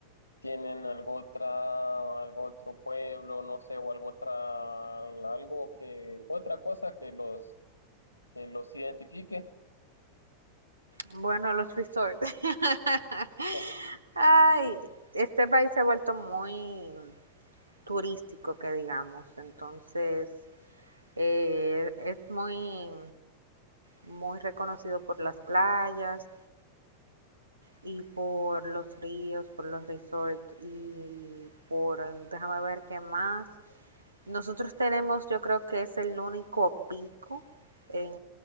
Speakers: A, on the left (about 85°); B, on the right (about 80°).
A: tienen algo otra, algo otro pueblo, no sé, o algo otra, algo que, otra cosa que los, que los identifique.
B: Bueno, los resorts. <laughs>
A: <laughs>
B: Ay, este país se ha vuelto muy turístico, que digamos. Entonces, eh, es muy, muy reconocido por las playas y por los ríos, por los resorts y por, eh, déjame ver qué más. Nosotros tenemos, yo creo que es el único pico en,